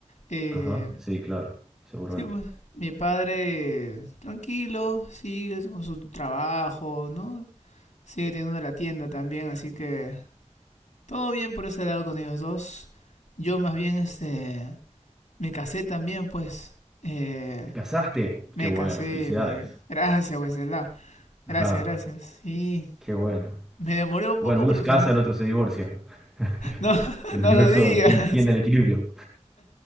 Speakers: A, on the left; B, in the centre.
A: Eh,
B: Ajá, sí, claro, seguramente.
A: sí, pues mi padre tranquilo, sigue con su trabajo, ¿no? Sigue teniendo la tienda también, así que todo bien por ese lado con ellos dos. Yo más bien este me casé también, pues. Eh,
B: ¿Te casaste?
A: me
B: Qué bueno,
A: casé,
B: felicidades.
A: me llegué. Gracias, Wenceslao.
B: <laughs>
A: Gracias,
B: Ajá,
A: gracias. Sí,
B: qué bueno.
A: me demoré un
B: Bueno,
A: poco,
B: uno
A: pero
B: se
A: al
B: casa,
A: final.
B: el otro se divorcia. <laughs>
A: No, <laughs>
B: El
A: no
B: universo
A: lo digas.
B: tien- tiende al equilibrio.